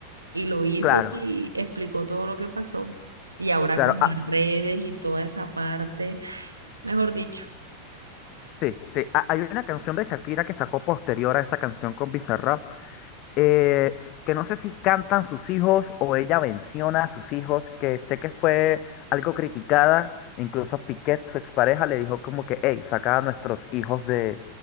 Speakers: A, on the right; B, on the left.
A: y lo hizo
B: claro,
A: y explicó todo lo que pasó. Y ahora
B: claro.
A: con
B: ah,
A: las redes y toda esa parte, mejor dicho,
B: sí, sí. Ah, hay una canción de Shakira que sacó posterior a esa canción con Bizarrap eh, que no sé si cantan sus hijos o ella menciona a sus hijos, que sé que fue algo criticada, incluso Piquet, su expareja, le dijo como que, hey, saca a nuestros hijos de,